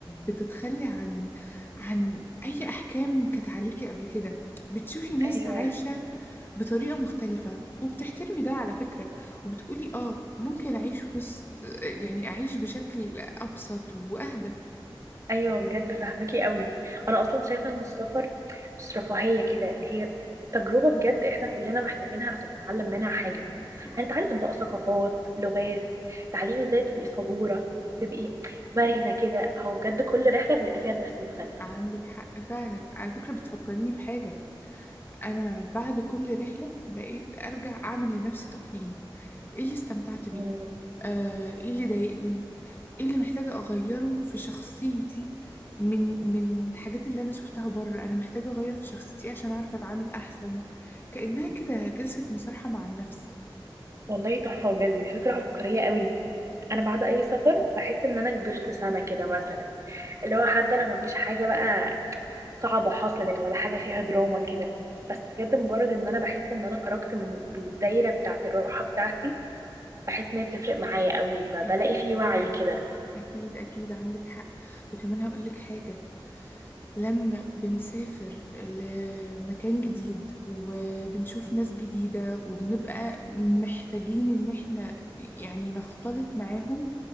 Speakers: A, on the left; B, on the right.
A: بتتخلي عن عن اي احكام كانت عليكي قبل كده بتشوفي ناس
B: ايوه
A: عايشة بطريقة مختلفة وبتحترمي ده على فكرة وبتقولي اه ممكن أعيش في وسط يعني أعيش بشكل أبسط وأهدى
B: ايوه بجد فاهمكي قوي انا اصلا شايفه ان السفر مش رفاهيه كده هي تجربه بجد احنا كلنا محتاجينها عشان نتعلم منها حاجه
A: صح
B: هنتعلم بقى ثقافات لغات تعليم ازاي تبقي صبوره تبقي مرنه كده هو بجد كل رحله بيبقى فيها درس مختلف
A: عندك حق فعلا على فكرة بتفكرني بحاجة أنا بعد كل رحلة بقيت أرجع أعمل لنفسي تقييم إيه اللي استمتعت بيه
B: ايه
A: آه، إيه اللي ضايقني إيه اللي محتاجة أغيره في شخصيتي من من الحاجات اللي أنا شفتها بره أنا محتاجة أغير في شخصيتي عشان أعرف أتعامل أحسن كأنها كده جلسة مصالحة مع النفس
B: والله تحفة بجد دي فكرة عبقرية قوي أنا بعد أي سفر بحس إن أنا كبرت سنة كده مثلا اللي هو حتى لو مفيش حاجة بقى صعبة حصلت ولا حاجة فيها دراما كده بس
A: صح
B: بجد مجرد إن أنا بحس إن أنا خرجت من الدايرة بتاعة الراحة بتاعتي بحس إن هي بتفرق معايا قوي ب-
A: أكيد
B: بلاقي فيه وعي كده
A: أكيد أكيد عندك حق وكمان هقول لك حاجة لما بنسافر لمكان جديد وبنشوف ناس جديدة وبنبقى محتاجين إن إحنا يعني نختلط معاهم